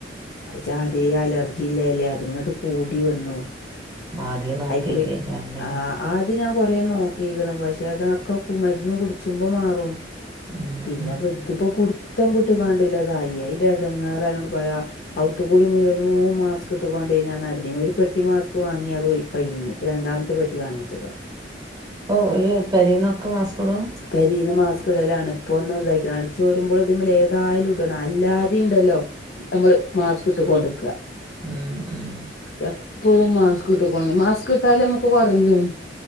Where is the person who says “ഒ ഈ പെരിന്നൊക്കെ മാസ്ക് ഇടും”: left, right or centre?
Right